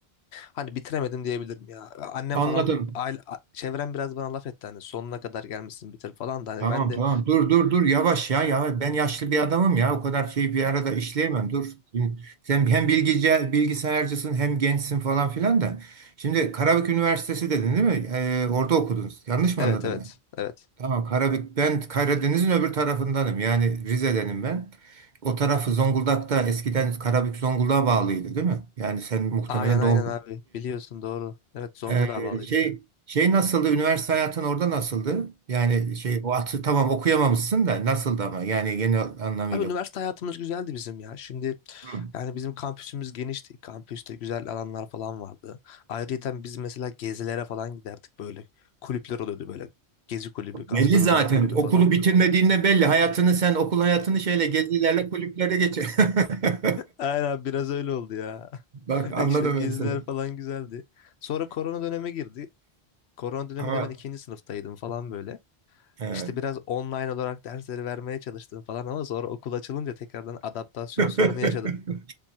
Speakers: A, on the left; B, on the right.
A: Hani bitiremedim diyebilirim ya. Annem
B: Anladım.
A: falan aile, a- çevrem biraz bana laf etti hani sonuna kadar gelmişsin bitir falan da hani
B: Tamam
A: ben de
B: tamam dur dur dur yavaş ya yavaş ben yaşlı bir adamım ya o kadar şeyi bir arada işleyemem dur. Şimdi Sen hem bilgice, bilgisayarcısın hem gençsin falan filan da. Şimdi Karabük Üniversitesi dedin değil mi? Ee, orada okudunuz Yanlış mı
A: evet
B: anladım
A: evet
B: ben?
A: evet.
B: Tamam Karabük ben Karadeniz'in öbür tarafındanım yani Rize'denim ben. O tarafı Zonguldak'ta eskiden Karabük Zonguldak'a bağlıydı değil mi? Yani sen muhtemelen
A: Aynen aynen
B: doğum
A: abi biliyorsun doğru. Evet Zonguldak'a
B: ee,
A: bağlıydık.
B: şey şey nasıldı? Üniversite hayatın orada nasıldı? Yani şey o atı tamam okuyamamışsın da nasıldı ama yani genel anlamıyla.
A: Abi üniversite hayatımız güzeldi bizim ya. Şimdi
B: Hı.
A: yani bizim kampüsümüz genişti. Kampüste güzel alanlar falan vardı. Ayrıca biz mesela gezilere falan giderdik böyle. Kulüpler oluyordu böyle. Gezi kulübü, gastronomi
B: Belli zaten.
A: kulübü
B: Okulu
A: falan.
B: bitirmediğinde belli. Hayatını sen okul hayatını şeyle gezilerle kulüplere geçir. <laughs>
A: Aynen biraz öyle oldu ya.
B: Bak
A: <laughs>
B: anladım
A: İşte geziler
B: ben seni.
A: falan güzeldi. Sonra korona döneme girdi. Korona döneminde
B: <laughs> Ama
A: ben ikinci sınıftaydım falan böyle.
B: evet.
A: İşte biraz online olarak dersleri vermeye çalıştım falan ama sonra okul açılınca tekrardan adaptasyon sorunu
B: <laughs>
A: yaşadım.